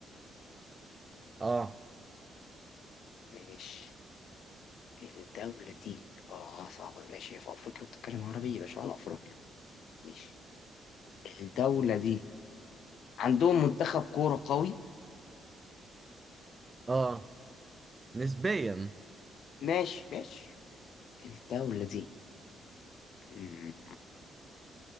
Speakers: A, on the right (about 25°); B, on the left (about 70°).
A: اه
B: ماشي الدولة دي اه صعبة ماشي هي في افريقيا بتتكلم عربي يبقى شمال افريقيا ماشي الدولة دي عندهم منتخب كورة قوي
A: اه نسبيا
B: ماشي ماشي الدولة دي مم.